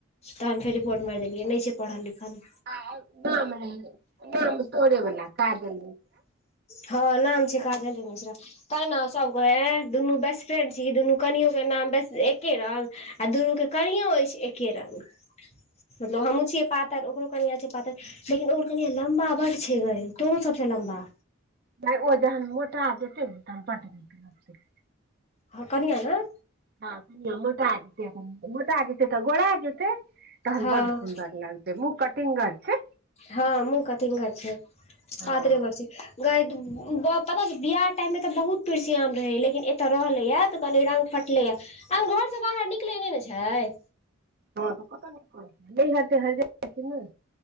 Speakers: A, on the left (about 30°); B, on the right (about 50°).
A: तहन फेर रिपोर्ट माइर देलियै नहि छै पढ़ल-लिखल
B: <unintelligible> तोरे बला <unintelligible>
A: हँ नाम छै काजले मिश्रा तैय न सब कहय एं दुनू बेस फ्रेंड छी ई दुनू कनियो के नाम बेस एके रंग आ दुनू के कनियो अछि एके रंग। स ज हमहु छियै पात तर ओकरो कनिया छै पातर लेकिन ओकर कनिया लम्बा बड़ छै गे तोरो सबसे लम्बा।
B: तैं ओ जहन मोटा जेतै ने तहन बड्ड नीक लगतै।
A: हँ कनिया न
B: ह कनियां मोटा जेतै मोटा जेतै तऽ गोरा जेतै तहन
A: हँ
B: बड सुन्दर लगतै। जे मुँह कटिंगर छै।
A: हँ मुँह कटिंगर छय
B: हँ
A: पातरे बड़ छय। गई द ब पता छौ बियाह टाइम मे तऽ बहुत पीरसीयाम रहै लेकिन एतऽ रहलैयै तऽ कनी रंग फट लैयै अखन घरसे बाहर निकले नै ने छैय।
B: हॅं त कत निकलतै नैहर-तैहर जाइ छै कि नै?